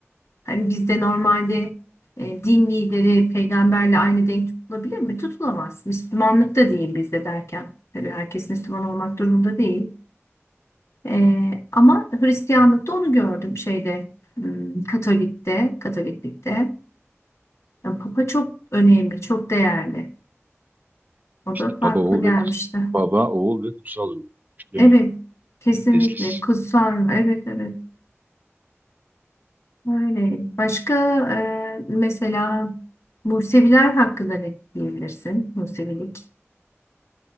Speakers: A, on the left; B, on the right.
A: Hani bizde normalde e, din lideri peygamberle aynı denk tutulabilir mi? Tutulamaz. Müslümanlık da değil bizde derken. Tabii herkes Müslüman olmak durumunda değil. E, ama Hristiyanlıkta onu gördüm şeyde hmm, Katolik'te, Katoliklikte. Yani Papa çok önemli, çok değerli. O
B: İşte
A: da farklı
B: baba oğul
A: gelmişti.
B: ve kutsal, baba oğul ve kutsal ruh. Değil
A: Evet,
B: mi?
A: kesinlikle.
B: Teslis.
A: Kutsal. Evet, evet. Öyle. Başka e, mesela Museviler hakkında ne diyebilirsin? Musevilik.